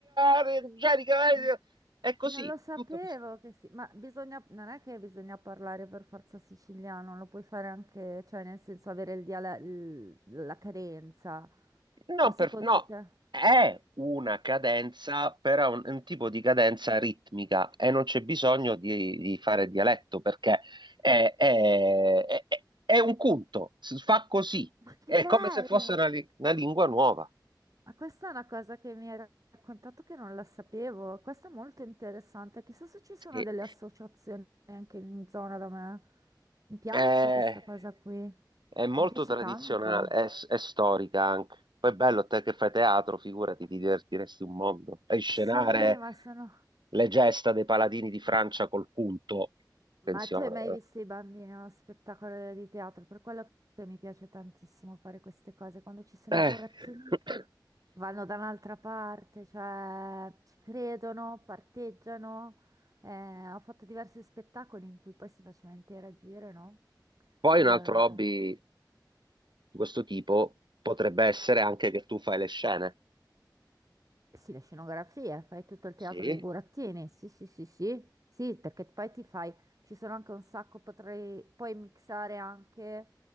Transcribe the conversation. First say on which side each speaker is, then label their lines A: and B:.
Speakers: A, on the right; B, on the right.
A: arriva, Angelica. eh,
B: M-
A: E così,
B: Non lo sapevo
A: tutto così.
B: che si... Ma bisogna... non è che bisogna parlare per forza siciliano, lo puoi fare anche, cioè nel senso avere il diala- il- la carenza.
A: No,
B: O secondo
A: per- no,
B: te?
A: è una cadenza, però è un, è un tipo di cadenza ritmica e non c'è bisogno di, di fare dialetto perché è, è- è- è un punto, si fa così,
B: Ma che
A: è
B: bello!
A: come se fosse una, li- una lingua nuova.
B: Ma questa è una cosa che mi hai raccontato che non la sapevo. Questo è molto interessante. Chissà se ci sono
A: Sì.
B: delle associazioni anche in zona da me. Mi piace
A: Eh,
B: questa cosa qui.
A: È molto
B: Mi piace
A: tradizionale,
B: tanto.
A: è, è storica anche. Poi è bello, te che fai teatro, figurati, ti divertiresti un mondo. E scenare
B: Sì, ma sono...
A: le gesta dei paladini di Francia col punto. Attenzione.
B: Ma tu hai mai visto i bambini a uno spettacolo di teatro? Per quello che mi piace tantissimo fare queste cose. Quando ci sono
A: eh.
B: i burattini
A: Eh. <laughs>
B: vanno da un'altra parte, cioè ci credono, parteggiano. Eh, ho fatto diversi spettacoli in cui poi si faceva interagire, no?
A: Poi
B: Il-
A: un altro hobby di questo tipo potrebbe
B: Mm.
A: essere anche che tu fai le scene.
B: Eh Sì, la scenografia, fai tutto il teatro
A: Sì,
B: dei burattini. Sì, sì, sì, sì, sì, perché poi ti fai, ci sono anche un sacco, potrei poi mixare anche